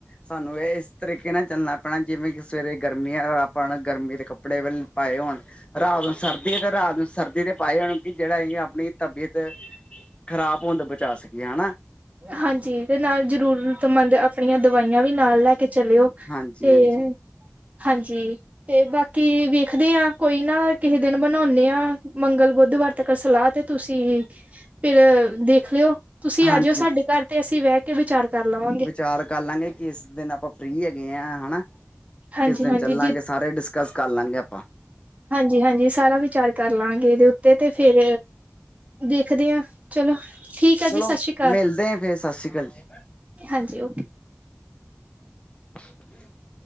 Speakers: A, on the left; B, on the right.
A: ਸਾਨੂੰ ਏ ਏਹ ਤਰੀਕੇ ਨਾਲ ਚੱਲਣਾ ਪੈਣਾ, ਜਿਵੇਂ ਕਿ ਸਵੇਰੇ ਗਰਮੀ ਆ ਐ ਪਾਣਾ, ਗਰਮੀ ਦੇ ਕੱਪੜੇ ਕੱਪੜੇ ਵੱਲ ਪਾਏ ਹੋਣ। ਰਾਤ ਨੂੰ ਸਰਦੀ, ਤੇ ਰਾਤ ਨੂੰ ਸਰਦੀ ਦੇ ਪਾਏ ਹੋਣ ਕਿ ਜੇੜਾ ਈਏ ਅਪਣੀ ਤਬੀਅਤ ਖ਼ਰਾਬ ਹੋਣ ਤੋਂ ਬਚਾ ਸਕੀਏ, ਹੈਨਾ।
B: ਹਾਂਜੀ, ਤੇ ਨਾਲ ਜਰੂਰਤਮੰਦ ਅਪਣੀਆਂ ਦਵਾਈਆਂ ਵੀ ਨਾਲ ਲੈਕੇ ਚਲੀਓ।
A: ਹਾਂਜੀ-ਹਾਂਜੀ।
B: ਤੇ,
A: ਹਾਂਜੀ
B: ਹੰਜੀ। ਤੇ ਬਾਕੀ ਵੇਖਦੇ ਅਤ ਕੋਈ ਨਾ ਕਿਸੇ ਦਿਨ ਬਨੋਨੇ ਆ ਮੰਗਲ, ਬੁੱਧਵਾਰ ਤਕ ਸਲਾਹ ਤੇ ਤੁਸੀਂ ਫਿਰ ਦੇਖ ਲਿਓ ਤੁਸੀਂ ਆਜਿਓ
A: ਹਾਂਜੀ
B: ਸਾਡੇ ਘਰ ਤੇ ਅਸੀਂ ਬੈ ਕੇ ਵਿਚਾਰ ਕਰ ਲਵਾਂ
A: ਵਿਚਾਰ ਕਰ ਲਾਂਗੇ ਕੀ ਅ ਕਿਸ ਦਿਨ ਆਪਾਂ ਫ੍ਰਰੀ ਹੈਗੇ ਆ ਹਨਾ
B: ਹਾਂਜੀ
A: ਕਿਸ ਦਿਨ
B: ਹਾਂਜੀ
A: ਚੱਲਾਂਗੇ ਸਾਰੇ ਡਿਸਕਸ ਕਰ ਲਾਂਗੇ ਆਪਾਂ।
B: ਹਾਂਜੀ-ਹਾਂਜੀ ਸਾਰਾ ਵਿਚਾਰ ਕਰ ਲਾਂਗੇ ਏਦੇ ਉੱਤੇ ਤੇ ਫੇਰ ਦੇਖਦੇ ਆ ਚਲੋ ਠੀਕ ਆ ਜੀ
A: ਚਲੋ
B: ਸਤਿ ਸ਼੍ਰੀ ਅਕਾਲ
A: ਮਿਲਦੇ ਆ ਫੇਰ ਸਸ ਸ੍ਰੀ ਕਾਲ ਜੀ।
B: ਹਾਂਜੀ ਓਕੇ।
A: <inaudible>